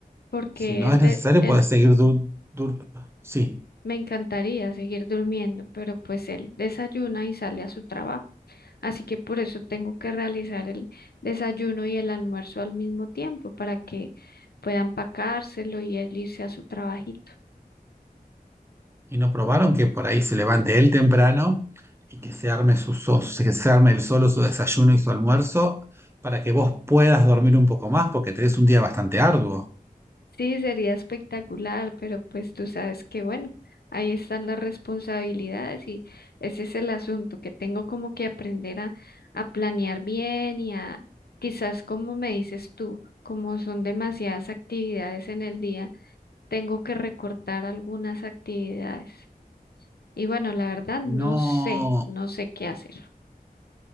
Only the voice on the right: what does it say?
si no
es necesario
podés seguir dur, dur- sí,
y no probaron que por ahí se levante él temprano y que se arme su so- que se arme él solo su desayuno y su almuerzo para que vos puedas dormir un poco más porque tenés un día bastante arduo.
No